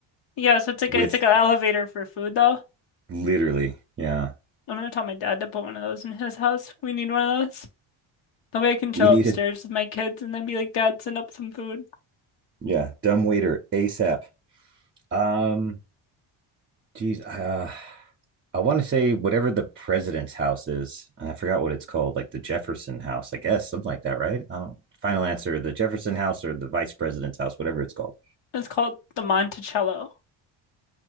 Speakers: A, on the left; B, on the right.
A: Yeah, so it's like
B: with
A: a, it's like an elevator for food though.
B: Literally. Yeah.
A: I'm gonna tell my dad to put one of those in his house. We need one of those. That way I can chill
B: We needed,
A: upstairs with my kids and then be like, Dad, send up some food.
B: yeah, dumb waiter ASAP. Um, geez, uh, I want to say whatever the president's house is, and I forgot what it's called, like the Jefferson House, I guess, something like that, right? I don't. Final answer: the Jefferson House or the Vice President's house, whatever it's called.
A: It's called the Monticello.